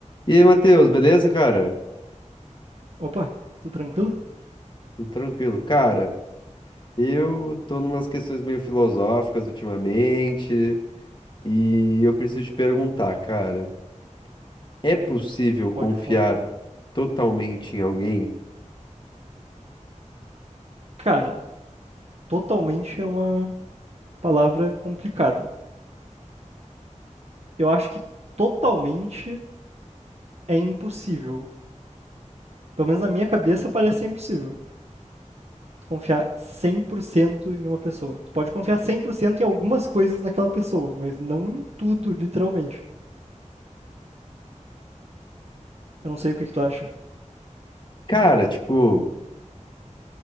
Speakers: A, on the left (about 40°); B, on the right (about 55°).
A: E aí, Matheus, beleza, cara?
B: Opa, tudo tranquilo?
A: Tudo tranquilo. Cara, eu tô numas questões meio filosóficas ultimamente e eu preciso te perguntar, cara, é possível confiar
B: Pode falar.
A: totalmente em alguém?
B: Cara, totalmente é uma palavra complicada. Eu acho que totalmente é impossível. Pelo menos na minha cabeça parece ser impossível. Tu confiar 100% em uma pessoa. Tu pode confiar 100% em algumas coisas naquela pessoa, mas não em tudo, literalmente. Eu não sei o que que tu acha.
A: Cara, tipo,